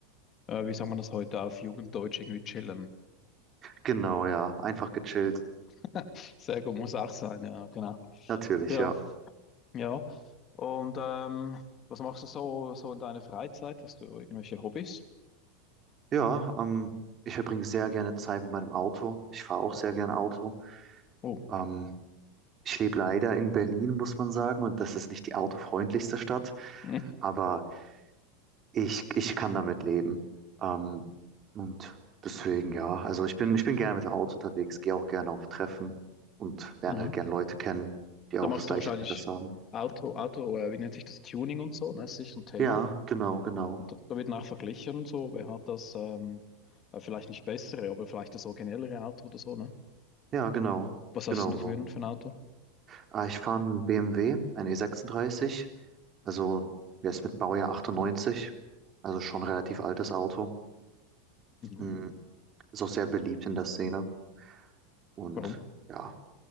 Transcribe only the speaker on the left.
Äh, wie sagt man das heute auf Jugenddeutsch? Irgendwie chillen.
<laughs> Sehr gut, muss auch sein, ja, genau.
Ja,
ja. Und ähm, was machst du so, so in deiner Freizeit? Hast du irgendwelche Hobbys?
Oh.
<laughs>
Mhm.
Da machst
du wahrscheinlich
Auto, Auto, äh, wie nennt sich das, Tuning und so, ne? Das ist sicher ein Thema.
Und da, da wird auch verglichen und so, wer hat das, ähm, äh, vielleicht nicht bessere, aber vielleicht das originellere Auto oder so, ne?
Was
hast denn du
für, ein- für ein Auto?
Mhm.
Warum?